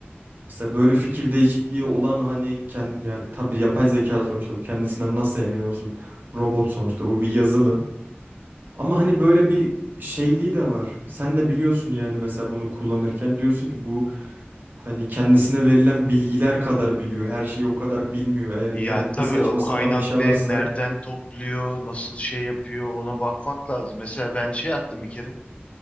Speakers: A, on the right; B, on the left.
A: Mesela böyle fikir değişikliği olan hani kend ya tabii yapay zeka sonuçta bu kendisinden nasıl emin olsun? Robot sonuçta bu bir yazılım. Ama hani böyle bir şeyliği de var. Sen de biliyorsun yani mesela bunu kullanırken diyorsun ki bu hani kendisine verilen bilgiler kadar biliyor. Her şeyi o kadar bilmiyor. Eğer internette
B: Ya tabii
A: saçma
B: o kaynak
A: sapan bir şey
B: ne,
A: varsa
B: nereden topluyor, nasıl şey yapıyor ona bakmak lazım. Mesela ben şey attım bir kere.